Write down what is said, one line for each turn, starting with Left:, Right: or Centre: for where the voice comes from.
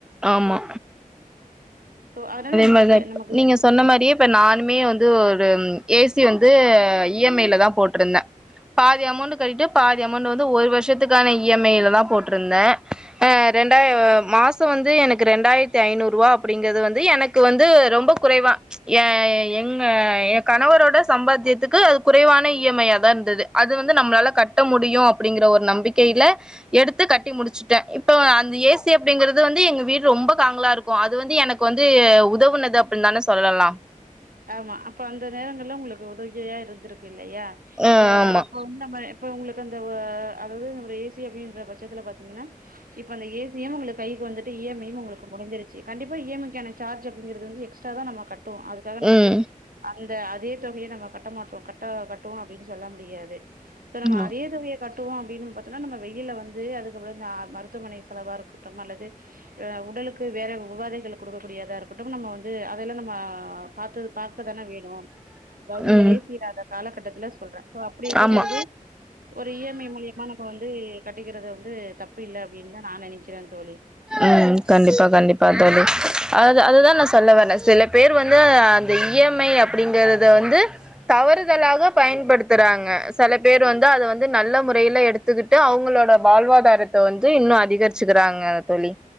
Centre: ஆமா
Right: சோ அதனால நமக்கு
Centre: வெதப்
Right: ஏ நம்ம
Centre: நீங்க சொன்ன மாரியே இப்ப நானுமே வந்து ஒரு ஏசி வந்து இ எம் ஐல தா போட்ருந்தே பாதி அமௌண்ட் கட்டிட்டு பாதி அமௌண்ட் வந்து ஒரு வருஷத்துக்கான இ எம் ஐல தா போட்ருந்தே அ ரெண்டா மாசம் வந்து எனக்கு ரெண்டாயிரத்தி ஐநூறு ரூபா அப்டிங்கறது வந்து து எனக்கு வந்து ரொம்ப குறைவா ஏ எங்க எ கணவரோட சம்பாத்தியத்துக்கு அது குறைவான இ எம் ஐயாதா இருந்துது அது வந்து நம்மளால கட்ட முடியு அப்டிங்கிற ஒரு நம்பிக்கையில எடுத்து கட்டி முடிச்சுட்டே இப்போ அந்த ஏசி அப்டிங்கிறது வந்து எங்க வீடு ரொம்ப காங்களா இருக்கும் அது வந்து எனக் கு வந்து உதவுனது அப்டின்னு தான சொல்லலாம்.
Right: ஆமா அப்ப அந்த நேரங்கள்ல உங்களுக்கு உதவியா இருந்திருக்கு. இல்லையா
Centre: ம்
Right: சோ
Centre: ஆமா.
Right: அப்ப வந்து நம்ம இப்ப உங்களுக்கு. அந்த வ அதாவது அந்த ஏசி அப்டின்ற பட்சத்துல பாத்திங்கனா இப்போ அந்த ஏசியு உங்களுக்கு கைக்கு வந்துட்டு இ எம் ஐயும் உங்களுக்கு முடிஞ்சுருச்சு கண்டிப்பா இ எம் ஐக்கான ஜார்ஜ் அப்படிங்குறது வந்து எக்ஸ்ட்ராதா நம்ப கட்டுவோம். க்காக நம்ம
Centre: ம்.
Right: வந்து அந்த அதே தொகைய நம்ம கட் கட்ட மாட்டோ கட்ட கட்டுவோ அப்டின்னு சொல்ல முடியாது சோ நம்ம
Centre: ம்.
Right: அதே தொகைய கட்டுவோம் அப்டின்னு பாத்தோம்ன்னா நம்ம வெயில வந்து அதுக் அதுக்கப்பற இந்த மருத்துவமனை செலவா இருக்கட்டும் அல்லது உடலுக்கு வேற உபாதைகள் கொடுக்கக்கூடிய இருக்கட்டும் நம்ம வந்து அதெல்லாம் நம்ம. பாத்து பாக்க தானே வேணும். அதாவது இந்த
Centre: ம்.
Right: ஏசி இல்லாத காலகட்டத்தில்ல சொல்றே சோ அப்டி இருக்கும்
Centre: ஆமா.
Right: பொழுது ஒரு இ எம் ஐ மூலியமா நம்ம வந்து. கட்டிக்கிறத வந்து தப்பு இல்ல அப்டின்தா நா நெனைக் கிற தோழி.
Centre: ம் கண்டிப்பா கண்டிப்பா தோழி அதாவது அதுதா நா சொல்ல வறே சில பேர் வந்து அந்த இ எம் ஐ அப்டிங்கறத வந்து தவறுதலாக பயன்படுத்துறாங்க சில பேர் வந்து அத வந்து நல்ல முறையில எடுத்துக்கிட்டு அவங்களோட வாழ்வாதாரத்தை வந்து இன்னு அதிகரிச்சுக்கிறாங்க. தோழி